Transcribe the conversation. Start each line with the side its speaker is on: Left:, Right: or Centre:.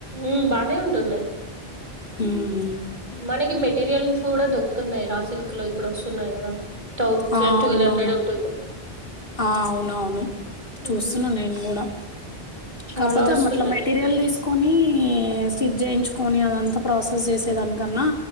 Right: ఉమ్ బానే ఉంటున్నాయి్
Left: హ్మ్.
Right: మనకి మెట్ మెటీరియల్స్ కూడా దొక్కుతున్నాయి రా సిల్క్ లో ఇప్పుడు వస్తున్నాయి కదా థౌజండ్
Left: ఆ!
Right: ట్వెల్
Left: అవునవును.
Right: హండ్రె ఉంటుంది
Left: ఆ అవున అవును చూస్తున్నాను
Right: ఉమ్,
Left: నేను కూడా
Right: చాలా
Left: కాకపోతే
Right: వస్తున్నాయి
Left: అ అట్ల మెటీరియల్ తీసుకొని స్టిజ చేయించుకొని అదంతా ప్రాసెస్ చేసేదానికన్నా